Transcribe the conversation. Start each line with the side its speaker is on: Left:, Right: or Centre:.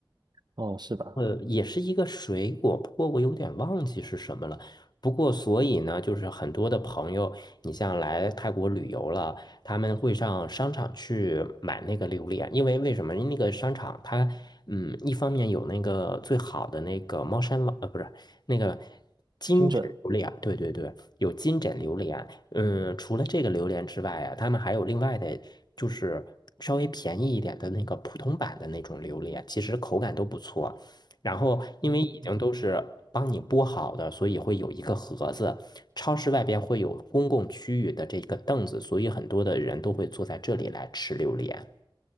Right: 哦，是吧？
Left: 呃，也是一个水果，不过我有点忘记是什么了。不过，所以呢，就是很多的朋友，你像来泰国旅游了，他们会上商场去买那个榴莲，因为为什么？因为那个商场它，嗯，一方面有那个最好的那个猫山王，呃，不是那个金枕榴莲，
Right: 精准。
Left: 对对对，有金枕榴莲。嗯，除了这个榴莲之外啊，他们还有另外的，就是稍微便宜一点的那个普通版的那种榴莲，其实口感都不错。然后因为已经都是帮你剥好的，
Right: 嗯，
Left: 所以会有一个盒子。超市外边会有公共区域的这个凳子，所以很多的人都会坐在这里来吃榴莲。